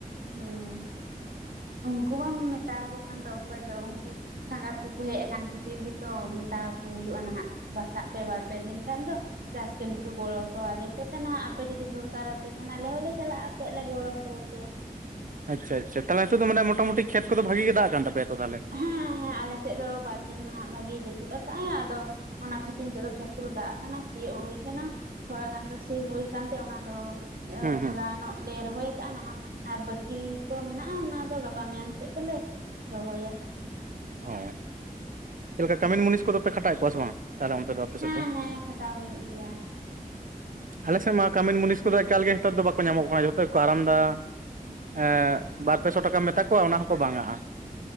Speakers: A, on the right; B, on the right.
A: ᱦᱩᱸ ᱩᱱᱠᱩ ᱵᱟᱢ ᱢᱮᱛᱟᱠᱚ ᱠᱷᱟᱱ ᱫᱚ ᱚᱠᱚᱭ ᱫᱚ ᱩᱱᱠᱩ ᱥᱟᱸᱜᱟᱛ ᱠᱚᱠᱚ ᱦᱮᱡ ᱟᱠᱟᱱ ᱠᱷᱟᱹᱛᱤᱨ ᱜᱮᱛᱚ ᱢᱮᱛᱟ ᱟᱠᱩ ᱦᱩᱭᱩᱜᱼᱟ ᱱᱟᱦᱟᱜ᱾ ᱵᱟᱥᱟᱜ ᱯᱮ ᱵᱟᱨᱯᱮ ᱫᱤᱱ ᱜᱟᱱ ᱫᱚ, ᱪᱟᱥ ᱠᱟᱹᱢᱤ ᱠᱚ ᱜᱚᱲᱚ ᱦᱚᱴᱚᱣᱟᱞᱮ ᱯᱮ ᱱᱟᱦᱟᱜ ᱟᱯᱮ ᱡᱩᱫᱤ ᱫᱚᱨᱠᱟ ᱨᱟᱯᱮ ᱠᱷᱟᱱ ᱟᱞᱮ ᱦᱚᱸᱞᱮ ᱪᱟᱞᱟᱜᱼᱟ ᱟᱯᱮᱭᱟᱜ ᱞᱮ ᱜᱚᱲᱚ ᱦᱚᱴᱚ ᱟᱯᱮᱭᱟ᱾
B: ᱟᱪᱪᱷᱟ ᱟᱪᱷᱟ ᱛᱟᱞᱮ ᱱᱤᱛᱚᱜ ᱢᱟᱱᱮ ᱢᱚᱴᱟᱢᱩᱴᱤ ᱠᱷᱮᱛ ᱠᱚ ᱵᱷᱟᱹᱜᱤ ᱜᱮ ᱫᱟᱜ ᱠᱟᱱ ᱛᱟᱯᱮ ᱛᱚ ᱛᱟᱞᱮ?
A: ᱦᱮᱸ ᱦᱮᱸ ᱟᱞᱮᱥᱮᱫ ᱫᱚ ᱵᱟᱨᱫᱤᱱ ᱱᱟᱦᱟᱜ ᱵᱷᱟᱜᱮ ᱡᱟᱹᱯᱩᱫ ᱟᱠᱟᱫᱟᱭ ᱟᱫᱚ ᱚᱱᱟ ᱠᱷᱟᱹᱛᱤᱨ ᱱᱤᱛᱚᱜ ᱫᱚ ᱠᱷᱮᱛ ᱠᱚᱫᱚ ᱫᱟᱜ ᱟᱠᱟᱱᱟ ᱥᱤᱭᱜ ᱦᱩᱭ ᱟᱠᱟᱱᱟ, ᱛᱷᱚᱲᱟ ᱜᱟᱱ ᱫᱚ ᱥᱤ ᱦᱳᱭ ᱟᱠᱟᱱᱛᱮ ᱚᱱᱟ ᱫᱚ
B: ᱦᱩᱸ
A: ᱦᱚᱞᱟᱱᱚᱜ
B: ᱦᱩᱸ
A: ᱞᱮ ᱨᱚᱦᱚᱭ ᱟᱠᱟᱟᱜᱼᱟ ᱱᱟᱦᱟᱜ᱾ ᱟᱨ ᱵᱟᱹᱠᱤ ᱠᱚ ᱢᱮᱱᱟᱜᱼᱟ ᱚᱱᱟ ᱫᱚ ᱜᱟᱯᱟ ᱢᱮᱭᱟᱝ ᱥᱮᱫ ᱛᱮᱞᱮ ᱨᱚᱦᱚᱭᱟ᱾
B: ᱚ ᱪᱮᱫ ᱞᱮᱠᱟ ᱠᱟᱹᱢᱤᱱ ᱢᱩᱱᱤᱥ ᱠᱚᱫᱚ ᱯᱮ ᱠᱷᱟᱴᱟᱣᱮᱫ ᱠᱚᱣᱟ ᱥᱮ ᱵᱟᱝ ᱛᱟᱦᱚᱞᱮ ᱚᱱᱛᱮ ᱫᱚ? ᱟᱯᱮ
A: ᱦᱮᱸ
B: ᱥᱮᱫ ᱫᱚ
A: ᱦᱮᱸ ᱠᱷᱟᱴᱟᱣ ᱦᱩᱭᱩᱜ ᱜᱮᱭᱟ᱾
B: ᱟᱞᱮᱥᱮᱫ ᱢᱟ ᱠᱟᱹᱢᱤᱱ ᱢᱩᱱᱤᱥ ᱠᱚᱫᱚ ᱮᱠᱟᱞᱜᱮ ᱱᱮᱛᱚᱜ ᱫᱚ ᱵᱟᱝᱠᱚ ᱧᱟᱢᱚᱜ ᱠᱟᱱᱟ ᱡᱷᱚᱛᱚ ᱜᱮ ᱠᱚ ᱟᱨᱟᱢ ᱫᱟ᱾ ᱦᱮ ᱵᱟᱨ ᱯᱮ ᱥᱚ ᱴᱟᱠᱟᱢ ᱢᱮᱛᱟ ᱠᱚᱣᱟ ᱚᱱᱟ ᱦᱚᱸᱠᱚ ᱵᱟᱝᱟᱜᱼᱟ᱾